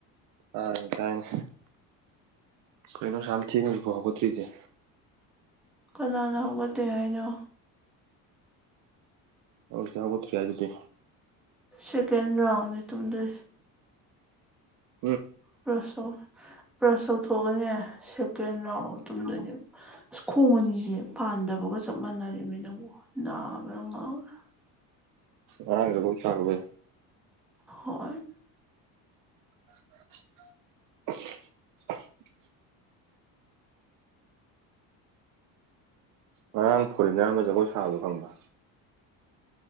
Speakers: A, on the right (about 55°); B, in the centre.
A: ꯑ ꯇꯥꯏꯅ ꯀꯣꯏꯅꯣ ꯁꯝ ꯊꯉꯁꯕꯣ ꯍꯒꯇꯔꯤꯖ
B: ꯀꯗꯥꯅꯕ ꯇ ꯍꯥꯏꯗ
A: ꯑꯣ ꯆꯥꯎꯒꯠꯇ꯭ꯔꯤ ꯍꯥꯏ ꯑꯗꯨꯗꯤ
B: ꯁꯦꯀꯦꯟꯗ ꯔꯥꯎꯗ ꯇꯗ
A: ꯎꯝ
B: ꯄ꯭ꯔꯁ ꯇ ꯄ꯭ꯔꯁ ꯇꯧꯊꯣꯛꯑꯅꯦ ꯁꯦꯀꯦꯟ ꯂꯅꯥꯥꯎꯅ ꯃꯇꯝꯗꯅꯦꯕ ꯑ ꯈꯣꯡ ꯑꯅꯤꯁꯦ ꯄꯥꯟꯗꯕꯒ ꯆꯞ ꯃꯥꯟꯅꯔꯦꯃꯤ ꯅꯪꯕꯨ ꯅꯥꯕ꯭ꯔꯥ ꯉꯥꯎ꯭ꯔꯥ
A: ꯑ ꯔ ꯊꯒꯕ
B: ꯍꯣꯏ
A: <unintelligible> ꯉꯔꯥꯡ ꯐꯣꯔꯦꯟꯅꯔ ꯑꯃ ꯖꯒꯣꯏ ꯁꯥꯕꯗꯣ ꯈꯪꯕ